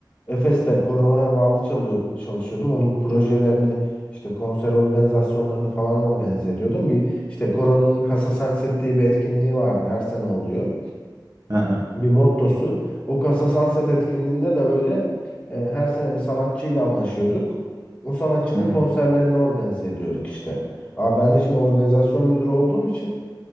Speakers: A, on the left; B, on the right.
A: Efes'te koronaya bağlı çalıyor, çalışıyordum. Onun projelerini işte konser organizasyonlarını falan organize ediyordum. Bir işte koronanın Kasa Sunset diye bir etkinliği vardı. Her sene oluyor.
B: Aha.
A: Bir mottosu. O Kasa Sunset etkinliğinde de böyle e, her sene bir sanatçıyla anlaşıyorduk. O sanatçının
B: Hı hı.
A: konserlerini organize ediyorduk işte. Aa, ben de şimdi organizasyon müdürü olduğum için